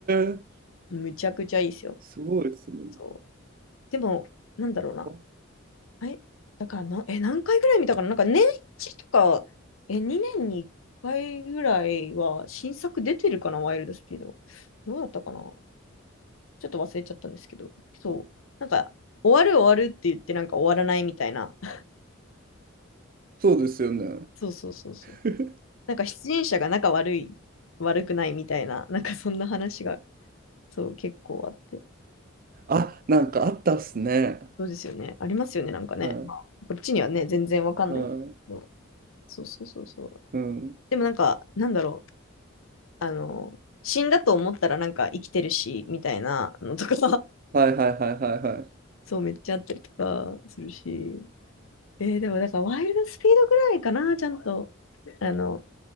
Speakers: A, on the right (about 45°); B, on the left (about 75°).
A: え、
B: う、むちゃくちゃいいですよ。
A: すごいですね。
B: そう。でも、なんだろうな。
A: あ
B: え、だからな、え、何回ぐらい見たかななんか年一とか、え、2年に1回ぐらいは新作出てるかな、ワイルドスピード。どうだったかなちょっと忘れちゃったんですけど、そう。なんか、終わる終わるって言ってなんか終わらないみたいな。<laughs>
A: そうですよね。
B: そうそうそうそうそう。
A: <laughs>
B: なんか出演者が仲悪い、悪くないみたいな、なんかそんな話が、そう、結構あって。
A: あ、なんかあったっすね。
B: そうですよね。ありますよね、なんかね。
A: は
B: まあこっちにはね、全然わかんないけど。
A: い、はい、
B: そうそうそうそう。
A: うん。
B: でもなんか、なんだろう。あの、死んだと思ったらなんか生きてるし、みたいなのとか、
A: はいはいはいはいはい。
B: <laughs> そう、めっちゃあったりとかするし。えーでも、だから、ワイルドスピードぐらいかな、ちゃんと、あの、